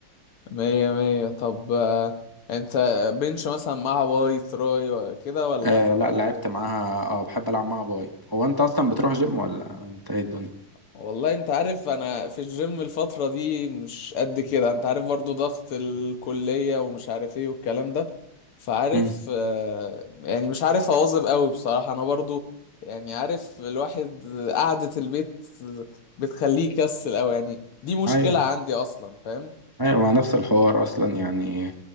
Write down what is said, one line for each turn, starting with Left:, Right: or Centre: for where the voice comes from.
Left: مية مية طب آه، انت بنش مثلا مع باي تراي و- كده ولا
Right: آه
Left: عملت
Right: لا لعبت معاها اه بحب العب معاها باي هو انت اصلا بتروح جيم ولا انت ايه الدنيا
Left: والله انت عارف انا في الجيم الفترة دي مش قد كده انت عارف برضو ضغط الكلية ومش عارف ايه والكلام ده فعارف
Right: مم.
Left: آه، يعني مش عارف اواظب قوي بصراحة انا برضو يعني عارف الواحد قعدة البيت بتخليه يكسل قوي يعني دي مشكلة
Right: ايوه
Left: عندي اصلا فاهم
Right: ايوه نفس الحوار اصلا يعني